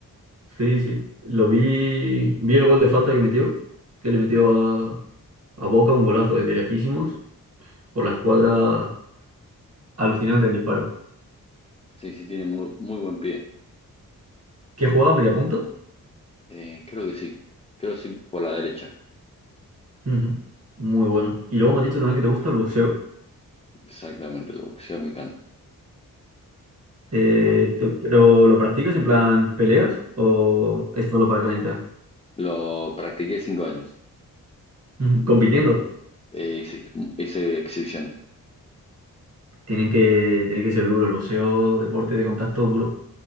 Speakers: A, on the right; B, on the left.
A: Sí, sí. Lo vi, vi el gol de falta que metió, que le metió a, a Boca un golazo desde lejísimos por la escuadra Alucinante el disparo.
B: Sí, sí, tiene muy, muy buen pie.
A: ¿Qué juega? ¿Media punta?
B: Eh, creo que sí. Creo que sí por la derecha.
A: Ujú. Muy bueno. Y luego me has dicho también que te gusta el boxeo.
B: Exactamente, el boxeo me encanta.
A: Eh,
B: Lo,
A: te- ¿pero lo practicas en plan peleas o es solo para calentar?
B: lo practiqué cinco años.
A: Ujú. Compitiendo.
B: Eh, hice, hice exhibiciones.
A: Tienen que, tiene que ser duro el boxeo, deporte de contacto duro.